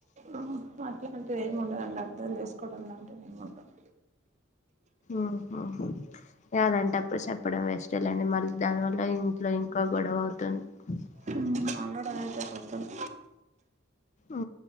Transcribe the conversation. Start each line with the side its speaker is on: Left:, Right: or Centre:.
Right: ఆ అట్లాంటిది ఏమి ఉండదండి అర్దం చేసుకోవడం లాంటిది ఏమి ఉండదు
Left: ఊ హా హ ఇగ అలాంటప్పుడు చొప్పడం వేస్టే లేండి మళ్ళీ దాని వల్ల ఇంట్లో ఇంకా గొడవ అవుతుంది <unintelligible>
Right: మేమ్ ఆల్రెడీ అదె చెపుతున్న్
Left: ఆ